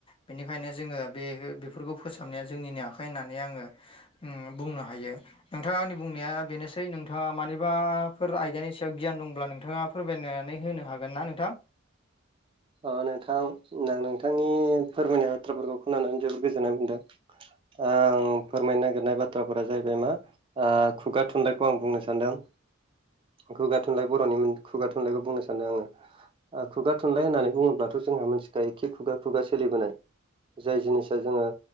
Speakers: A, on the left; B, on the right.
A: बेनिखायनो जोंङो बे बेफोरखौ फोसाबनाया जोंनिनो आखाइ होननानै आंङो, ओम बुंनो हायो। ओम नोंथाङा आंनि बुंनाया बेनोसै नोंथाङा मानि बाफोर आयदानि सायाव गियान दंब्ला नोंथाङा फोरमायनानै होनो हागोन ना नोंथां?
B: अ नोंथां, नोंथांनि फोरमायनाय बाथ्राफोरखौ खोनानानै जोबोद गोजोननाय मोनदों। आं फोरमायनो नागिरनाय बाथ्राफोरा जाहैबाय मा? आ खुगा थुनलाइखौ आं बुंनो सानदों। खुगा थुनलाइ बर'नि खुगा थुनलाइखौ बुंनो सानदों आंङो खुगा थुनलाइ होननानै बुङोब्लाथ' जोंहा मोनथिखायो खि खुगा-खुगा सोलिबोनाय। जाय जिनिसा जो़ङो,